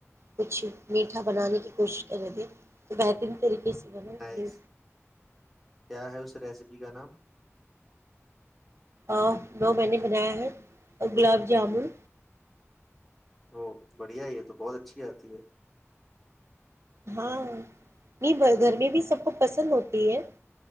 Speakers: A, on the right; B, in the centre.
A: کچھ میٹھا بنانے کی کوشش کر رہے تھے تو بہترین طریقے سے بنا
B: نہیں
A: جی
B: کیا ہے س جی کا نام
A: آ وہ میں نے بنایا ہے گلاب جامن
B: ا بڑھیا ہی یہ تو بہت اچھی آتی ہے
A: ہاں نہیں گھر میں بھی سب کو پسند ہوتی ہے